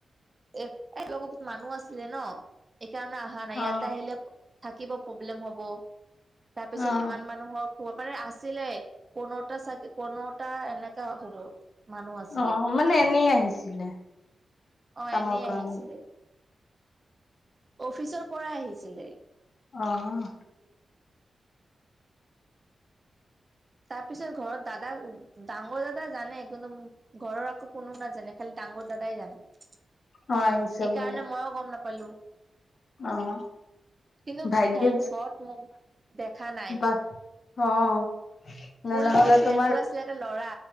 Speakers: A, on the right; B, on the left.
A: এ তাই লগৰ বহুত মানুহ আছিলে ন এ স কাৰণে অহা নাই
B: অ'
A: ইয়াতে আহিলে থাকিব প্ৰব্লেম হব তাৰপিছত
B: অ'।
A: ইমান মানুহক হব মানে আছিলে পোন্ধৰটা চাগে পোন্ধৰটা এনেকা হ'ব মানুহ আছিলে
B: অ' মানে এনেই আহিছিলে
A: অ'
B: কামৰ
A: এনেই
B: কাৰণে
A: আহিছিলে অফিচৰ পৰা আহিছিলে
B: অ',
A: তাৰ পিছত ঘৰত দাদা ডাঙৰ দাদা জানে কিন্তু ঘৰৰ আকৌ কোনো নাজানে খালি দাদা ডাঙৰ দাদাই জানে
B: অ', আহিছ
A: এইকাৰণে
B: বুলি
A: মইও গম নাপালো
B: অ',
A: কিন্তু
B: ভাগ্যে
A: থেংক গড মোক দেখা নাই
B: বা অ', ন
A: মোৰ
B: নহলে
A: লগত ফ্ৰেণ্ডটো
B: তোমাৰ
A: আছিলে এটা ল'ৰা